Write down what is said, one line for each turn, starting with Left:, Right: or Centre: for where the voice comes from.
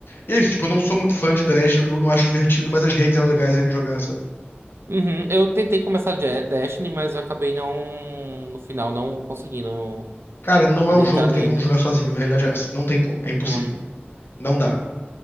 Left: E é isso, tipo, eu não sou muito fã de Dash, o jogo não acho divertido, mas as redes eram legais ainda de jogar, sabe?
Right: Uhum, Eu tentei começar Je- Destiny, mas eu acabei não, no final, não conseguindo
Left: Cara, não
Right: adentrar
Left: é um jogo que
Right: nele.
Left: tem como jogar sozinho, a realidade é essa. Não tem como, é impossível.
Right: Hum,
Left: Não dá.